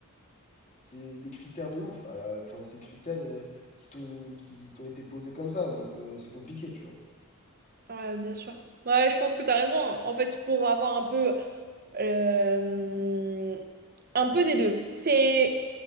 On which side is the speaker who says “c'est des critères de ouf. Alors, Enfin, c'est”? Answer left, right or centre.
Left